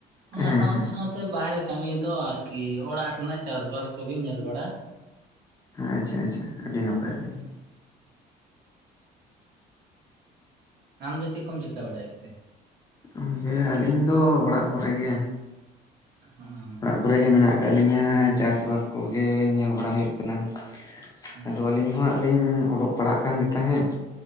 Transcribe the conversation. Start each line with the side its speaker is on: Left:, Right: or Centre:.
Right: ᱚᱱᱟ
Left: ᱦᱮᱸ
Right: ᱥᱟᱶᱛ
Left: ᱦᱮᱸ
Right: ᱥᱟᱶᱛ ᱛᱮ ᱛᱮ ᱵᱟᱦᱨᱮ ᱠᱟᱹᱢᱤ ᱫᱚ ᱟᱨᱠᱤ ᱚᱲᱟᱜ ᱨᱮᱱᱟᱜ ᱪᱟᱥᱵᱟᱥ ᱠᱚᱜᱮ ᱧᱮᱞ ᱵᱟᱲᱟ ᱾
Left: ᱟᱪᱪᱷᱟ ᱟᱪᱪᱷᱟ ᱟᱹᱰᱤ ᱱᱟᱯᱟᱭ
Right: ᱠᱚᱜᱮ
Left: ᱟᱹᱰᱤ ᱱᱟᱯᱟᱭ
Right: ᱟᱢ ᱫᱚ ᱪᱮᱫ ᱠᱚᱢ ᱪᱤᱠᱟᱹ ᱵᱟᱲᱟᱭ ᱜᱮᱛᱮ?
Left: ᱜᱚᱢᱠᱮ ᱟᱹᱞᱤᱧ ᱫᱚ ᱚᱲᱟᱜ ᱠᱚᱨᱮ ᱜᱮ ᱾
Right: ᱦᱩᱸ᱾
Left: ᱚᱲᱟᱜ ᱠᱚᱨᱮ ᱜᱮ ᱢᱮᱱᱟᱜ ᱟᱠᱟᱫ ᱞᱤᱧᱟᱹ ᱪᱟᱥᱼᱵᱟᱥ ᱠᱚᱜᱮ ᱧᱮᱞ ᱵᱟᱲᱟ ᱦᱩᱭᱩᱜ ᱠᱟᱱᱟ ᱾
Right: ᱦᱩᱸ
Left: ᱟᱫᱚ ᱟᱹᱞᱤᱧ
Right: ᱟᱪᱪᱷᱟ
Left: ᱦᱚᱸᱦᱟᱜ
Right: ᱟᱪᱪᱷᱟ
Left: ᱞᱤᱧ ᱚᱞᱚᱜ ᱯᱟᱲᱦᱟᱜ ᱠᱟᱱᱜ ᱛᱟᱦᱮᱸᱫ